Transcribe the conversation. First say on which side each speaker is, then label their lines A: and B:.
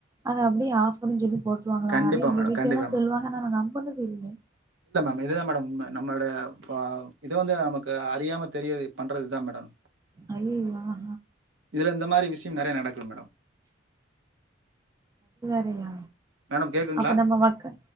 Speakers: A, on the right; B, on the right.
A: அத அப்டியே ஆஃபர்னு சொல்லி போட்ருவாங்களா
B: கண்டிப்பா
A: நெறைய எங்க
B: மேடம்,
A: வீட்ல
B: கண்டிப்பா
A: எல்லா
B: மேடம்.
A: சொல்வாங்க ஆனா நா நம்புனது இல்ல
B: இதுதா மேடம் உண்ம நம்மளோட பா இது வந்து நமக்கு அறியாம தெரியாது பண்றதுதா மேடம்
A: ஐயயோ ஹா
B: இல்ல இந்த மாரி விஷ யங்க நெறைய நடக்குது மேடம்
A: கையா
B: மேடம் கேக்குதுங்களா?
A: அப்ப நம்ம மக்க